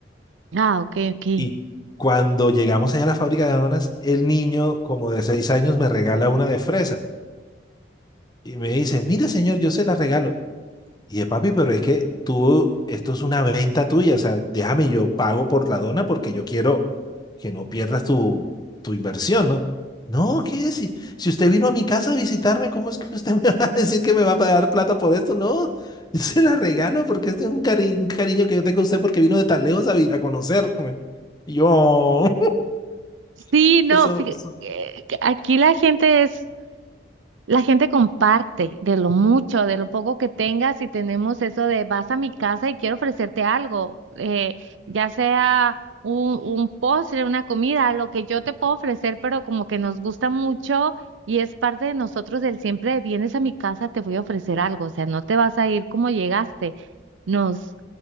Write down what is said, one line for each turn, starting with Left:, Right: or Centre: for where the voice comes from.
Right: Ah, ok, ok.
Left: Y cuando llegamos allá a la fábrica de donas, el niño como de seis años me regala una de fresa y me dice, mire señor, yo se la regalo. Y yo, papi, pero es que tú, esto es una venta tuya, o sea, déjame yo pago por la dona porque yo quiero que no pierdas tu, tu inversión, ¿no? No, ¿qué? Si, si usted vino a mi casa a visitarme, ¿cómo es que usted <laughs> me va a decir que me va a pagar plata por esto? No, yo se la regalo porque este es un, cari- un cariño que yo tengo a usted porque vino de tan lejos a, vi- a conocerme. Y yo,
Right: Sí,
Left: <laughs>
Right: no,
Left: eso,
Right: fíjate,
Left: eso-
Right: aquí la gente es La gente comparte de lo mucho, de lo poco que tengas y tenemos eso de vas a mi casa y quiero ofrecerte algo, eh, ya sea un, un postre, una comida, lo que yo te puedo ofrecer, pero como que nos gusta mucho y es parte de nosotros el siempre vienes a mi casa, te voy a ofrecer algo, o sea, no te vas a ir como llegaste. Nos,